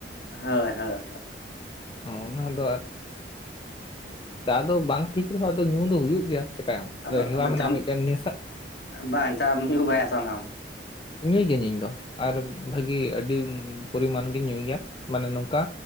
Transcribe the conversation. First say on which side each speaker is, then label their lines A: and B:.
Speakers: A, on the left (about 65°); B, on the left (about 25°).
A: ᱦᱚᱭ, ᱦᱚᱭ, ᱦᱚᱭ
B: ᱦᱚᱸ ᱚᱱᱟ ᱫᱚ ᱟᱨ ᱪᱟ ᱫᱚ ᱵᱟᱝ ᱴᱷᱤᱠ ᱨᱮᱦᱚᱸ ᱟᱫᱚ ᱧᱩ ᱫᱚ ᱦᱩᱭᱩᱜ ᱜᱮᱭᱟ ᱪᱮᱠᱟᱭᱟᱢ
A: ᱟᱫᱚ
B: ᱦᱮᱣᱟ
A: ᱟᱫᱚ
B: ᱢᱮᱱᱟᱜᱼᱟ
A: ᱪᱟᱦᱟᱢ,
B: ᱢᱤᱫᱴᱮᱱ ᱱᱮᱥᱟ
A: ᱵᱟᱝ ᱪᱟᱢ ᱧᱩ ᱵᱟᱲᱟᱭᱟ ᱥᱮ ᱵᱟᱝ ᱟᱢ
B: ᱧᱩᱭ ᱜᱤᱭᱟᱹᱧ ᱤᱧ ᱫᱚ ᱟᱨ ᱵᱷᱟᱜᱤ ᱟᱹᱰᱤ ᱯᱚᱨᱤᱢᱟᱱ ᱜᱤᱧ ᱧᱩᱭ ᱜᱮᱭᱟ ᱢᱟᱱᱮ ᱱᱚᱝᱠᱟ